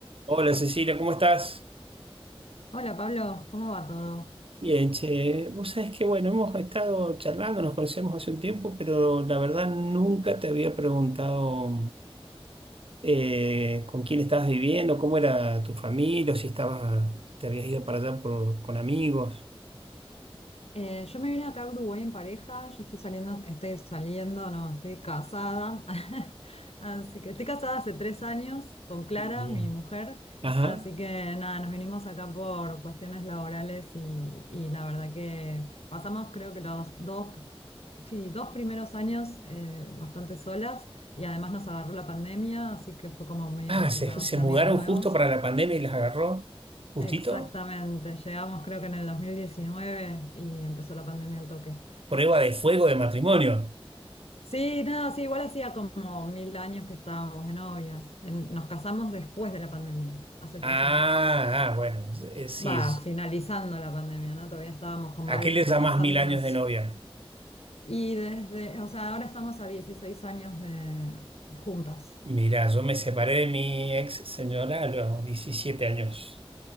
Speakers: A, on the right (about 65°); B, on the left (about 85°).
A: Hola Cecilia, ¿cómo estás?
B: Hola Pablo, ¿cómo va todo?
A: Bien, che, vos sabés que bueno, hemos estado charlando, nos conocemos hace un tiempo, pero la verdad nunca te había preguntado eh, con quién estabas viviendo, cómo era tu familia, o si estabas, te habías ido para allá por- con amigos.
B: Eh, yo me vine acá a Uruguay en pareja, yo estoy saliendo, estoy saliendo, no, estoy casada, <laughs> así que estoy casada hace tres años con Clara,
A: Eh, bien.
B: mi mujer,
A: Ajá.
B: así que nada, nos vinimos acá por cuestiones laborales y, y la verdad que pasamos creo que los dos, sí, dos primeros años eh, bastante solas y además nos agarró la pandemia, así que fue como medio
A: Ah,
B: complicado
A: se, se
B: hacer
A: mudaron
B: amigos nuevos.
A: justo para la pandemia y las agarró. Justito.
B: Exactamente, llegamos creo que en el 2019 y empezó la pandemia al toque.
A: Prueba de fuego de matrimonio.
B: Sí, nada, sí, igual hacía como mil años que estábamos de novias. En- nos casamos después de la pandemia, hace tres
A: Ah,
B: años.
A: ah, bueno, eh, sí.
B: Va, finalizando la pandemia, ¿no? Todavía estábamos con
A: ¿A
B: barbijo,
A: qué le llamás
B: cansándonos.
A: mil años de novia?
B: Y desde, o sea, ahora estamos a dieciséis años de juntas.
A: Mira, yo me separé de mi ex señora a los 17 años,